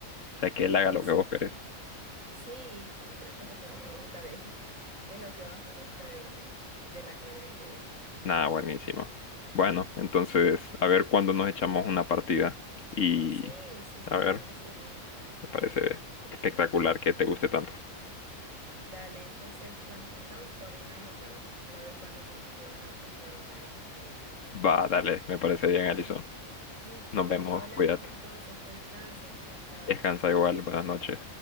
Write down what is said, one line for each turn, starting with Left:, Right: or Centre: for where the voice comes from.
Left: o sea, que él haga
Right: Exacto.
Left: lo que vos querés.
Right: Sí, y creo que es lo que más me gusta de, <laughs> es lo que más me gusta de, del ajedrez, de hecho.
Left: Nada, buenísimo. Bueno, entonces, a ver cuándo nos echamos una partida y,
Right: Sí, sí, sí,
Left: a
Right: me
Left: ver,
Right: parece bien.
Left: me parece espectacular que te guste tanto.
Right: Dale, entonces, bueno, estamos coordinando para, para ver cuándo podemos jugar una partida online, Miguel.
Left: Va, dale, me parece bien,
Right: Dale.
Left: Alison.
Right: Listo,
Left: Nos vemos,
Right: hablamos
Left: cuídate.
Right: entonces, que descanses, chao, chao.
Left: Descansa igual, buenas noches.